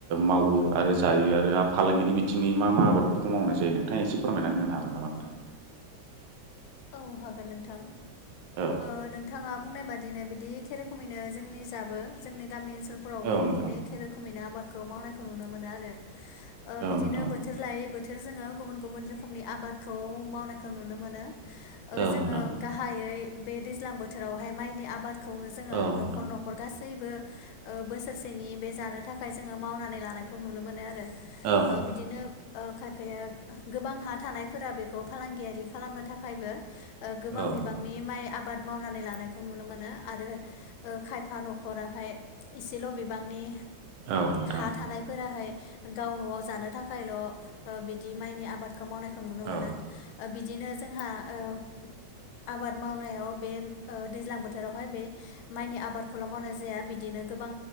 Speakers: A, on the right; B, on the left.
A: मावो आरो जायो आरो आरो फालांगिनि बिथिङै मा मा आबादफोरखौ मावनाय जायो नोंथाङा एसे फोरमायना होनो हागोन नामा <unintelligible>
B: औ हागोन नोंथां ओ
A: औ
B: नों थाङा बुंनाय बादिनो बिदि एखे रोखोमैनो जोंनि जाबो जोंनि गामि ओनसोलफोरावबो
A: औ
B: बिदिनो
A: नोंथां
B: एखे रोखोमैनो आबादखौ मावनायखौ नुनो मोनो आरो ओ
A: औ
B: बिदिनो
A: नोंथां
B: बोथो बोथोर लायै बोथोर जोङो गुबुन - गुबुन रोखोमनि आबादखौ मावनायखौ नुनो मोनो
A: औ
B: जोङो
A: नोंथां
B: गाहायै बे दैज्लां बोथोरावहाय माइनि आबादखौनो जोङो
A: औ
B: न'खर
A: नोंथां
B: नख नखर गासैबो ओ बोसोरसेनि बे जानो थाखाय जोङो मावनानै लानायखौ नुनो मोनो आरो।
A: औ
B: ओ बिदिनो ओ खायफाया गोबां हा थानाय फोरा बेखौ फालांगियारि खालामनो थाखायबो ओ गोबां
A: औ
B: बिबांनि
A: नोंथां
B: माइ आबाद मावनानै लानायखौ नुनो मोनो आरो खायफा न'खराहाय एसेल' बिबांनि
A: औ नोंथां
B: हा थानायफोराहाय गाव न'आव जानो थाखायल' ओ बिदि माइनि आबादखौ मावनायखौ नुनो मोनो।
A: औ
B: ओ बिदिनो जोंहा ओ आबाद मावनायाव बे ओ दैज्लां बोथोरावहाय बे माइनि आबादखौल' मावनाय जाया बिदिनो गोबां